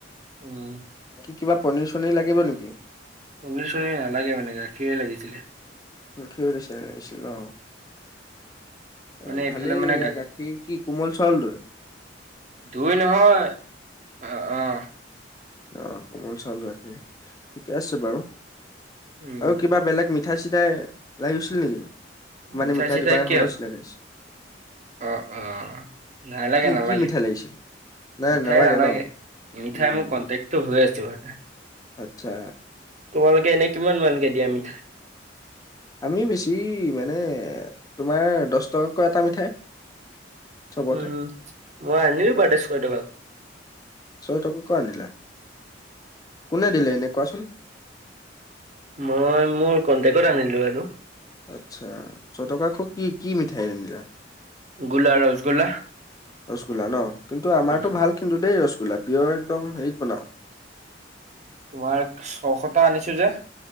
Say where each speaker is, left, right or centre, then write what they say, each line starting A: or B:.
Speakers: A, on the right; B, on the left.
A: উম।
B: কিবা পনিৰ চনিৰ লাগিব নেকি?
A: পনীৰ চনী নালাগে মানে, গাখীৰ লাগিছিলে।
B: কিছে লাগিছিল ন। এ
A: মানে এইফালে
B: ভালেই
A: মানে
B: গাখীৰ কি কোমল চাউল দৰে?
A: দুই নহয় আহ আহ।
B: অ কোমল চাউল গাখীৰ, ঠিকে আছে বাৰু
A: উম।
B: আৰু কিবা বেলেগ মিঠাই চি- ঠাই লাগিছিল নেকি? মানে
A: মিঠাই চিঠাই
B: দোকান এখনো
A: কিয়
B: চিনাকি আছে।
A: অ অ নালাগে
B: কি
A: নালাগে।
B: কি মিঠাই লাগিছিল নাই
A: মিঠাই নালাগে।
B: ন
A: মিঠাই
B: উম,
A: মোৰ কনটেক্টটো হৈ আছে বাৰু।
B: আচ্ছা।
A: তোমালোকে এনেই কিমান মানকে দিয়া মিঠাই?
B: আমি বেছি মানে তোমাৰ দশটকাকৈ এটা মিঠাই। চবতে
A: উম মই আনিলো বাৰটা ছয়টকা।
B: অ তই কৰ পৰা আনিলা কোনে দিলে এনে কোৱাচোন?
A: মই মোৰ কন্টেক্ট আনিলো এইটো।
B: আচ্ছা। ছয় টকাকো কি কি মিঠাই আনিলা?
A: গোলা ৰসগোল্লা।
B: ৰসগোল্লা ন। কিন্তু আমাৰটো
A: উম।
B: ভাল কিন্তু দেই ৰসগোল্লা। গলাপীও একদম হেৰিত বনাওঁ,
A: তোমাৰ ছয়শটা আনিছো যে,